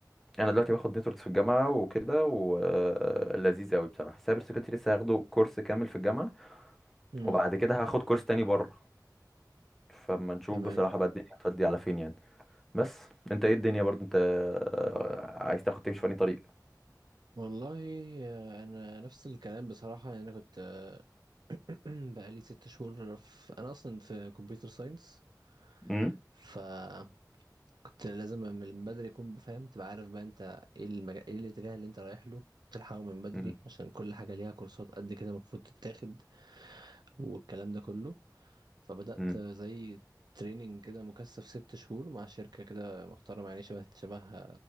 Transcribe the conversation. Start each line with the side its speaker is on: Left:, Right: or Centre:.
Centre: انا دلوقتي باخد نتوركس في الجامعه وكده ولذيذ قوي بصراحه السايبر سيكيورتي لسه هاخده كورس كامل في الجامعه
Right: امم
Centre: وبعد كده هاخد كورس تاني بره فما نشوف
Right: تمام
Centre: بصراحه بقى الدنيا هتودي على فين يعني بس انت ايه الدنيا برضو انت آه، عايز تاخد تمشي في أنهي طريق
Right: والله آه، انا نفس الكلام بصراحة يعني انا كنت <clears throat> بقالي ست شهور في انا اصلا في كمبيوتر ساينس
Centre: امم
Right: فكنت لازم من بدري اكون بفهم تبقى عارف بقى انت ايه المجال ايه الاتجاه اللي انت رايح له وتلحقه من بدري
Centre: امم
Right: عشان كل حاجه ليها كورسات قد كده المفروض تتاخد والكلام ده كله فبدات
Centre: امم
Right: زي تريننج كده مكثف ست شهور مع شركه كده محترمه يعني شبه شبه